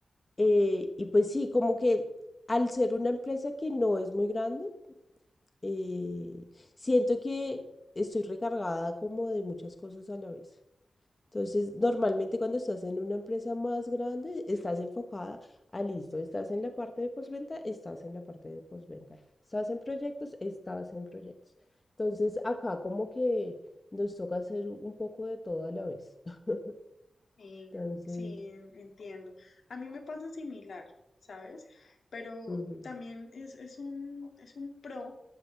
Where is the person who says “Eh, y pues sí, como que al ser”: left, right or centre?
Left